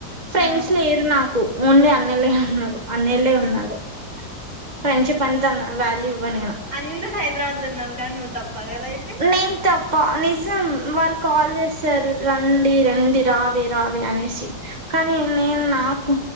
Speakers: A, on the right; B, on the right.
A: ఫ్రెండ్స్
B: ఆ
A: లేరు నాకు ఓన్లీ అన్నలే
B: ఆహా
A: ఉన్నారు అన్నయ్యలేఉన్నారు
B: ఆహాహా!
A: ఫ్రెండ్ షిప్ అంతేనా వాల్యూ ఇవ్వ
B: అందరూ హైదరాబాద్ లో ఉన్నరు కానీ తప్ప కదా అయితే
A: నేం తప్ప నిజం వాళ్ళు కాల్ చేసారు రండి రండి రావే రావే అనేసి కానీ నేను నాకు